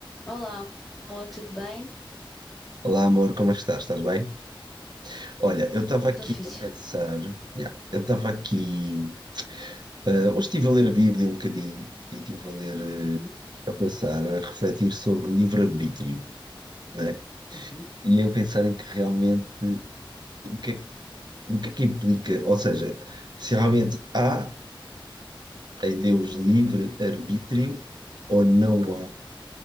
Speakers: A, in the centre; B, on the right.
A: Olá, amor, tudo bem?
B: Olá amor, como é que estás? Estás bem? Olha, eu estava aqui
A: Tudo fixe.
B: a pensar, yeah, eu estava aqui, eh, hoje estive a ler a Bíblia um bocadinho e estive a ler,
A: Uhum,
B: eh, a pensar, a refletir sobre o livre-arbítrio, né?
A: uhum,
B: E eu pensar em que realmente, o que é, o que é que implica, ou seja, se realmente há em Deus livre-arbítrio ou não há